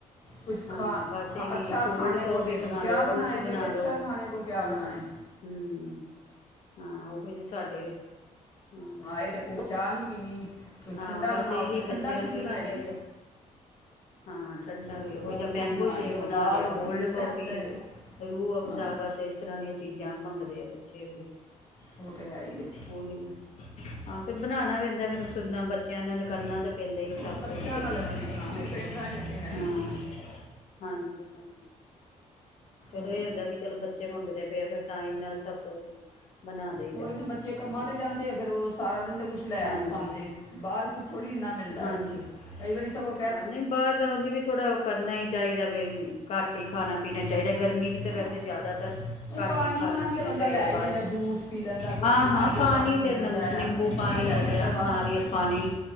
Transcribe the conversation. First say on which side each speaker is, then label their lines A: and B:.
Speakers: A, on the left; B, on the left.
A: ਕੁੱਛ
B: ਹਾਂ
A: ਖਾ-ਖਾ
B: ਬਸ ਇਹੀ
A: ਅੱਛਾ
B: ਕੋਲਡ
A: ਖਾਣੇ
B: ਕੌਫੀ
A: ਕੋ ਦੇ
B: ਬਣਾ
A: ਦੋ ਕਿਆ
B: ਲੋ ਕੁਛ
A: ਬਣਾਏ
B: ਬਣਾ
A: ਬਾਈ ਅੱਛਾ
B: ਲੋ
A: ਖਾਣੇ ਕੋ ਕਿਆ
B: ਹਾਂ
A: ਬਣਾਏ।
B: ਹਮ ਹਾਂ ਉਹੀ ਨੇ ਸਾਡੇ ਵੀ ਹਮ
A: ਇਹਦੇ ਕੋਲੋ ਚਾਹ ਨੀ ਪੀਣੀ। ਕੁਝ
B: ਹਾਂ,
A: ਠੰਡਾ
B: ਬਸ
A: ਬਣਾਓ
B: ਇਹੀ
A: ਤੇ
B: ਬੱਚਿਆਂ
A: ਠੰਡਾ ਵੀ
B: ਨੂੰ
A: ਕੀ ਬਣਾਏ
B: ਇਹੀ
A: ਬਈ
B: ਚਾਹੀਦਾ। ਹਾਂ ਠੰਡਾ ਵੀ
A: ਫਿਰ
B: ਉਹੋ
A: ਕੋਲਡ
B: ਜਿਹਾ ਮੈਂਗੋ
A: ਕਾਫੀ ਬਣਾਈ
B: ਸ਼ੇਕ
A: ਹੈ
B: ਬਣਾ
A: ਹੁਣ ਦਾਲ
B: ਲਿਆ
A: ਰੋਟੀ
B: ਕੋਲਡ
A: ਇਸ
B: ਕੋਫੀ
A: ਟਾਈਮ ਤੇ
B: ਰੂਹ ਅਫਜ਼ਾ
A: ਹਾਂ
B: ਬਸ ਇਸ ਤਰ੍ਹਾਂ ਦੀਆਂ ਚੀਜ਼ਾਂ ਮੰਗਦੇ ਆ ਬੱਚੇ ਵੀ‌।
A: ਉਹ ਤਾਂ ਹੈਹੀ ਏ।
B: ਉਹੀ ਨਾ ਹਾਂ ਫਿਰ ਬਣਾਣਾ ਪਹਿੰਦਾ ਫਿਰ ਸੁਣਨਾ ਬੱਚਿਆਂ ਨਾਲ ਕਰਨਾ ਤੇ ਪੈਂਦੇ ਹੀ
A: ਹਾਂ
B: ਸਭ
A: ਬੱਚਿਆਂ
B: ਕੁੱਛ ਲਈ ਵੀ
A: ਨਾਲ ਤਾਂ ਫਿਰ ਕੁਝ ਬਣਾਉਣਾ ਹੀ ਪੈਂਦਾ ਇਹ ਤੇ ਹੈ ਹੀ
B: ਹਾਂ।
A: ਹੈ
B: ਹਾਂਜੀ-ਹਾਂਜੀ। ਚਲੋ
A: ਹੋਰ
B: ਇਹ ਹੁੰਦਾ ਕਿ ਚਲੋ ਬੱਚੇ ਮੰਗਦੇ ਪਏ ਆ ਫਿਰ ਟਾਈਮ ਨਾਲ ਸਭ ਕੁਛ ਬਣਾ ਦਈਦਾ
A: ਉਹੀ
B: ਹੂੰ
A: ਨਾ ਬੱਚੇ ਕੰਮਾਂ ਤੇ ਜਾਂਦੇ ਆ ਫਿਰ ਉਹ ਸਾਰਾ ਦਿਨ ਤਾਂ ਕੁਛ ਲੈ
B: ਹਾਂਜੀ
A: ਨਹੀਂ ਪਾਦੇ ਬਾਹਰ ਕੁਛ ਥੋੜ੍ਹੀ ਇੰਨਾ ਮਿਲਦਾ
B: ਹਾਂਜੀ
A: ਏ ਕੁਛ। ਕਈ ਵਾਰੀ ਸਗੋ
B: ਹਾਂ ਨਹੀਂ ਬਾਹਰ ਦਾ ਉਝ ਵੀ ਥੋੜਾ ਕਰਨਾ ਹੀ ਚਾਹੀਦਾ ਬਈ ਘੱਟ ਹੀ ਖਾਣਾ-ਪੀਣਾ ਚਾਹੀਦਾ। ਗਰਮੀ'ਚ
A: ਹਾਂ
B: ਤਾਂ ਵੈਸੇ ਜ਼ਿਆਦਾਤਰ
A: ਇਹ
B: ਘੱਟ
A: ਪਾਣੀ
B: ਹੀ ਖਾਣਾ-ਪੀਣਾ
A: ਵਾਣੀ ਤਾਂ ਬੰਦਾ
B: ਚਾਹੀਦਾ
A: ਲੈ ਹੀ
B: ਬਾਹਰ।
A: ਲੈਂਦਾ ਜੂਸ ਪੀ ਲੈਂਦਾ ਕੋਈ
B: ਹਾਂ-ਹਾਂ।
A: ਨਾਰੀਅਲ
B: ਪਾਣੀ
A: ਪੀ
B: ਤੇ
A: ਲੈਂਦਾ
B: ਨ ਨਿੰਬੂ
A: ਇਹੋ ਜਿਹੀਆਂ ਚੀਜ਼ਾਂ
B: ਪਾਣੀ
A: ਲੈ
B: ਹੋ
A: ਲੈਂਦਾ
B: ਗਿਆ।
A: ਬਾਹਰ
B: ਨਾਰੀਅਲ ਪਾਣੀ